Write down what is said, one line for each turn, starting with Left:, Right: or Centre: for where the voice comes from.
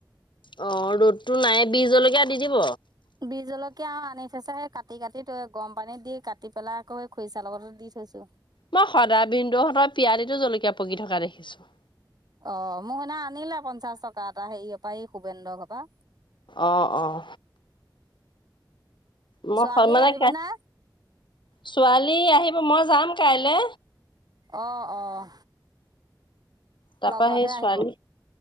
Left: অ ৰ'দটো নাই বিজলকীয়া দি দিব
Right: বিজ জলকীয়া আৰু আনি থছো সেই কাটি কাটি গৰম পানীত দি কাটি পেলাই আকৌ খৰিচা লগত দি <unintelligible>
Left: মই সদাই বিন্দুহঁতৰ পিয়ালিতো জলকীয়া পকি থকা দেখিছো
Right: অ মোক সেইদিনা আনিলে পঞ্চাশ টকা এটা হেৰি পৰা এই শুভেন্দ্ৰ ঘৰ পৰা
Left: অঁ অঁ মই
Right: ছোৱালী
Left: মানে
Right: আহিব নে
Left: ছোৱালী আহিব মই যাম কাইলে
Right: অ' অঁ
Left: তাৰপা
Right: লগতহে
Left: সেই ছোৱালী
Right: আহিব